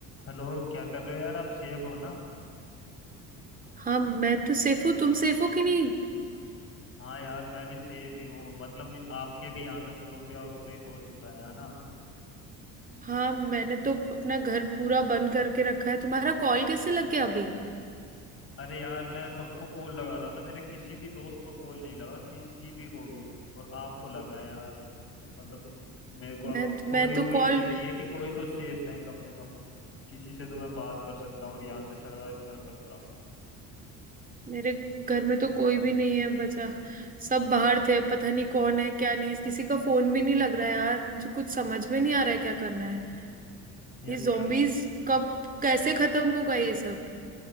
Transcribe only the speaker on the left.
Hello क्या कर रहे हो यार आप सेफ हो ना
हाँ यार मैं भी सेफ ही हूँ मतलब मे- आपके भी यहाँ तक ज़ोंबी आउटब्रेक हो चुका है है ना
अरे यार मैं सबको कॉल लगा रहा था मेरे किसी भी दोस्त को कॉल नहीं लगा किसी भी को भी और आपको लगा है यार मतलब मेरे को
अब थोड़ी
उम्मीद
जगी है कि कोई तो सेफ है कम से कम किसी से तो मैं बात कर सकता हूँ और यहाँ से सरवाइव कर सकता हूँ
यार
क्या